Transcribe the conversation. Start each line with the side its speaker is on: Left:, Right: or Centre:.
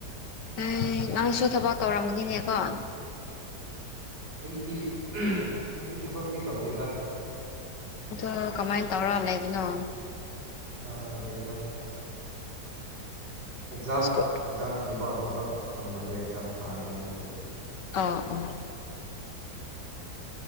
Left: ꯑꯦ ꯅꯪꯁꯨ ꯊꯕꯛ ꯇꯧꯔꯝꯒꯅꯤꯅꯦꯀꯣ
Right: ꯑꯩꯗꯤ ꯑꯩꯗꯤ ꯊꯕꯛꯇꯤ ꯇꯧꯗꯦꯗ
Left: ꯑꯗꯣ ꯀꯃꯥꯏꯅ ꯇꯧꯔ ꯂꯩꯕꯅꯣ
Right: ꯑ ꯀꯔꯤꯔ ꯑꯦꯛꯖꯥꯝ
Left: ꯁ꯭ꯀꯨꯜ
Right: ꯑꯦꯛꯖꯥꯝꯒꯤꯀꯣ ꯊꯕꯛ ꯐꯪꯅꯕ ꯑꯦꯛꯖꯥꯝ ꯊꯥꯒꯦ ꯍꯥꯏꯅ ꯂꯩꯕ
Left: ꯑꯣ ꯑꯣ
Right: ꯎꯝ